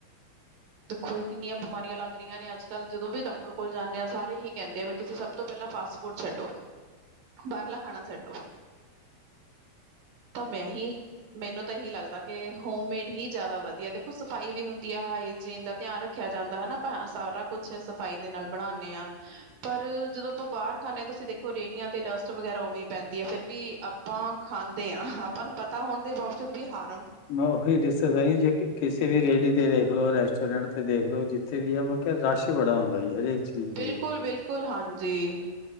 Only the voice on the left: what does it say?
ਮੈਂ ਉਹੀ ਦੱਸੋ ਸ ਜੇ ਕਿਸੇ ਵੀ ਰੇਹੜੀ ਤੇ ਦੇਖ ਲੋ ਰੈਸਟੋਰੈਂਟ ਤੇ ਦੇਖ ਲੋ ਜਿੱਥੇ ਵੀ ਮ ਕਿਹਾ ਰਸ਼ ਬੜਾ ਹੁੰਦਾ ਜੀ ਹਰੇਕ ਚੀਜ਼ ਤੇ
ਜੀ